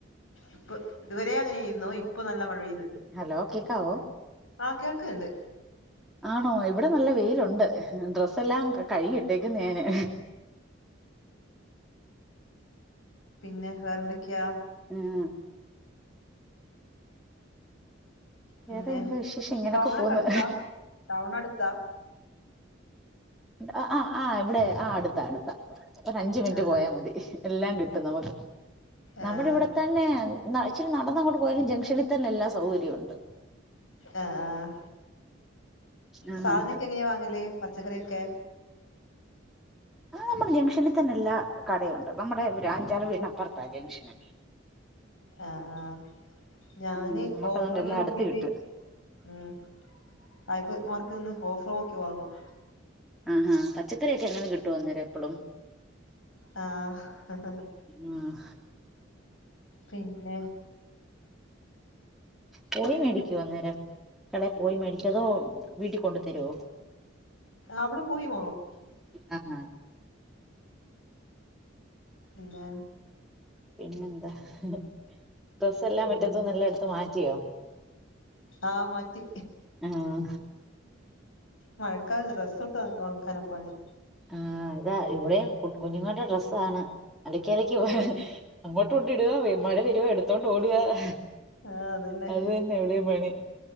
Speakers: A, on the left (about 85°); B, in the centre.
A: ഇപ്പ ഇത് വരേ അങ്ങനൊയായിരുന്നു ഇപ്പൊ നല്ല മഴ പെയ്ത്
B: ഹലോ കേക്കാവൊ
A: ആഹ് കേൾക്ക്ണ്ട്
B: ആണോ ഇവ്ടെ നല്ല വെയിലുണ്ട് ഡ്രസ്സെല്ലാം കൈകിട്ടേക്ക്ന്ന് ഞാന്
A: പിന്നെ വേറെന്തെക്ക്യാ?
B: ആഹ്
A: പിന്നെ
B: വേറെന്താ വിശേഷം ഇങ്ങനെയൊക്കെ
A: ടൗണൊക്കെ
B: പോവ്ന്ന്.
A: അടുത്താ ടൗൺ അടുത്താ
B: ആഹ് ആഹ് ഇവ്ടെ ആഹ് അടുത്ത അടുത്താ ഒരഞ്ച് മിൻറ്റ്
A: ആഹ്
B: പോയാ
A: ആഹ്
B: മതി എല്ലാം കിട്ടും നമുക്ക്
A: ആഹ്
B: നമ്മ്ടെവ്ടെ തന്നേ ഇച്ചിരി നടന്നങ്ങ്ട്ട് പോയാലും ജംഗ്ഷനിതന്നെ എല്ലാ സൗകര്യവുണ്ട്
A: ആഹ് ആഹ്
B: ആഹ്
A: സാധനൊക്കെ എങ്ങനെയാ വാങ്ങല് പച്ചക്കറിയൊക്കേ?
B: ആഹ് നമ്മ്ടെ ജംഗ്ഷനിതന്നെ എല്ലാ കടയുണ്ട് നമ്മ്ടെ അഞ്ചാറ് വീടിനപ്പറ്ത്താ ജംഗ്ഷന്
A: ആഹ് ആഹ്. ഞാന്
B: ഉം നമുക്ക്
A: ഓഫറ്
B: അതുകൊണ്ട് എല്ലാം
A: നോക്കീട്ട്
B: അടുത്ത് കിട്ടും
A: ഉം അയ്പ് മാർക്ക്ന്ന് ഓഫറ് നോക്കി വാങ്ങും
B: ആഹ് ഹാ പച്ചക്കറി ഒക്കെ അങ്ങനെ കിട്ടൊ അന്നേരം എപ്പളും
A: ആഹ്
B: ആഹ്
A: പിന്നെ,
B: പോയി മേടിക്കോ അന്നേരം കടയി പോയി മേടിക്കോ അതോ വീട്ടി കൊണ്ട് തരോ?
A: അവ്ടെ പോയി വാങ്ങും
B: ആഹാ
A: പിന്നെ
B: പിന്നെന്താഡ്രെസ്സെല്ലാം
A: ഉം
B: മിറ്റത്ത്ന് എല്ലാം എടുത്ത് മാറ്റിയോ
A: ആഹ് മാറ്റി
B: ആഹ്
A: മഴക്കാലത്ത് ഡ്രസ്സ്‌ ഒക്കെ ഉണക്കാനാ പണി.
B: ആഹ ഇതാ ഇവിടെയും കു കുഞ്ഞുങ്ങളുടെ ഡ്രസ്സാണ് അലക്ക അലക്ക് പോ-
A: ആഹ്
B: അങ്ങോട്ട് കൊണ്ട് ഇടുക. മഴ വരുവ എടുത്തോണ്ട് ഓടുക <unintelligible>
A: ആഹ അതന്നെ
B: അത് തന്നെ ഇവിടെയും പണി